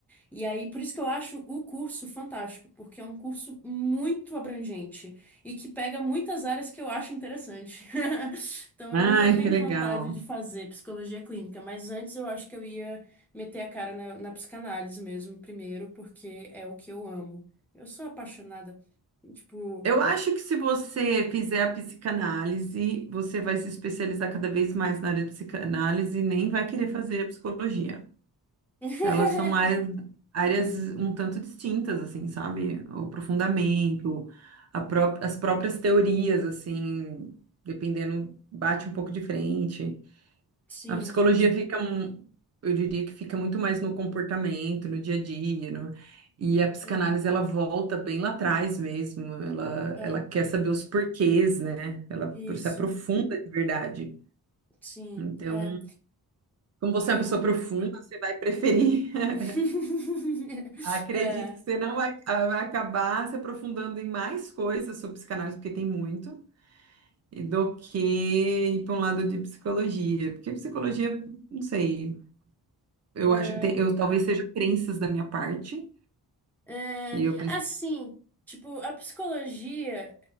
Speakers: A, in the centre; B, on the right.
A: E aí, por isso que eu acho o curso fantástico, porque é um curso muito abrangente e que pega muitas áreas que eu acho interessante. <laughs> Então,
B: Ai,
A: eu ainda tenho
B: que legal.
A: vontade de fazer psicologia clínica, mas antes eu acho que eu ia meter a cara na, na psicanálise mesmo, primeiro, porque é o que eu amo. Eu sou apaixonada. Tipo.
B: Eu acho que se você fizer a psicanálise, você vai se especializar cada vez mais na área de psicanálise e nem vai querer fazer a psicologia.
A: <laughs>
B: Elas são áreas, áreas um tanto distintas, assim, sabe? O aprofundamento, a pró- as próprias teorias, assim, dependendo, bate um pouco de frente.
A: Sim.
B: A psicologia fica, um- eu diria que fica muito mais no comportamento, no dia a dia, no- e a psicanálise
A: Hum,
B: ela volta bem lá atrás mesmo, ela,
A: é,
B: ela quer saber os porquês, né? Ela
A: isso.
B: se aprofunda de verdade.
A: Sim.
B: Então,
A: É,
B: como você
A: é,
B: é uma pessoa
A: o...
B: profunda, você vai preferir. <laughs>
A: <laughs>
B: Acredito
A: é,
B: que você não vai, ah, vai acabar se aprofundando em mais coisas sobre psicanálise, porque tem muito, e do que ir para um lado de psicologia, porque psicologia, não sei. Eu
A: é,
B: acho, tem- eu talvez seja crenças da minha parte,
A: É,
B: e eu preciso.
A: assim, tipo, a psicologia